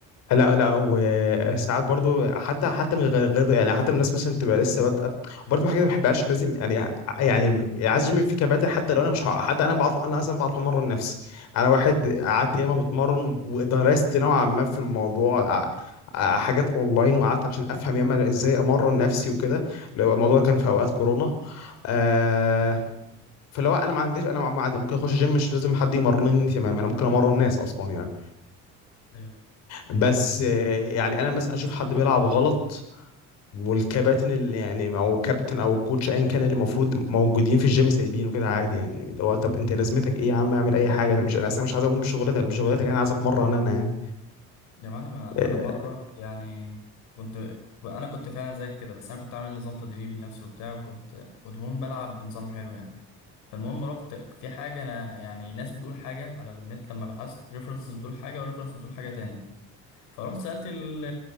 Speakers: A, on the left; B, on the left.
A: لا لا وساعات برضو حتى حتى من غير غير يعني حتى من الناس مثلا تبقى لسه بادئه برضو من حاجه ما بحبهاش لازم يعني يعني عايز جيم في كباتن حتى لو انا مش ه- حتى انا بعرف انا اصلا بعرف امرن نفسي انا واحد قعدت
B: طبعا
A: ياما بتمرن ودرست نوعا ما في الموضوع ع- ع- حاجات اونلاين وقعدت عشان افهم ياما ازاي امرن نفسي وكده لو الموضوع ده كان
B: مم.
A: في اوقات كورونا آه فلو انا ما عنديش انا عادي ممكن اخش جيم مش لازم حد يمرنني تمام انا ممكن امرن ناس اصلا يعني
B: ايوه
A: بس آه، يعني انا مثلا اشوف حد بيلعب غلط والكباتن اللي يعني او الكابتن او الكوتش ايا كان اللي المفروض موجودين في الجيم سايبينه كده عادي يعني اللي هو طب انت لازمتك ايه يا عم اعمل اي حاجه ده مش انا اصلا مش عايز اقوم بشغلتك بشغلتك انا عايز اتمرن انا يعني
B: يا معلم انا
A: آه،
B: انا مره يعني كنت ك- انا كنت فعلا زيك كده بس انا كنت عامل نظام تدريب لنفسي وبتاع وكنت كنت المهم بلعب بنظام حلو يعني فالمهم رحت في حاجه انا يعني ناس بتقول حاجه على النت لما بحثت ريفرنسز بتقول حاجه وريفرنس بتقول حاجه تاني فرحت سالت ال-